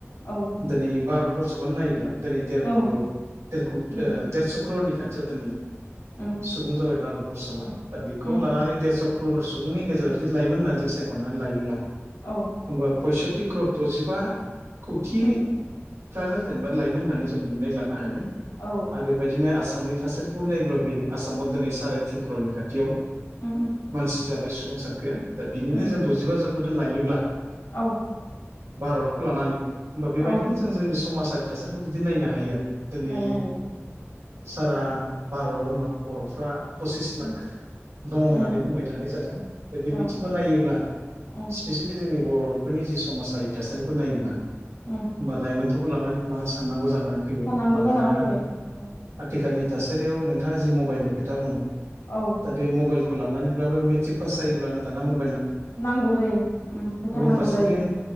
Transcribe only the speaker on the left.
औ
औ
उम
उम
उम
औ
उम
औ
उम उम
उम
औ
औ
नायनो हायो
उम
उम
औ औ
उम
उम
साननांगौ
जाना फैबाय औ
औ
नांगौ जायो। उम होथारनांगौ
जायो